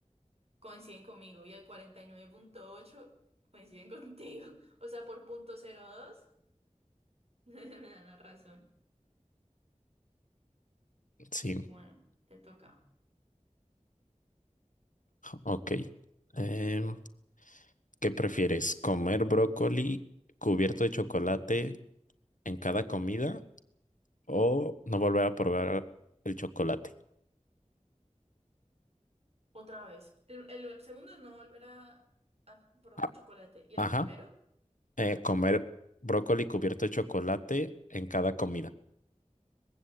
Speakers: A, on the right; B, on the left.
A: coinciden conmigo y el 49.8% coinciden contigo. O sea, por punto cero dos <laughs> me dan la razón.
B: Sí,
A: Bueno, te toca.
B: ok. Em, ¿qué prefieres? ¿Comer brócoli cubierto de chocolate en cada comida? O no volver a probar el chocolate.
A: Otra vez. El, el segundo es no volver a, a probar
B: A-
A: chocolate. ¿Y el
B: Ajá.
A: primero?
B: Eh, comer brócoli cubierto de chocolate en cada comida.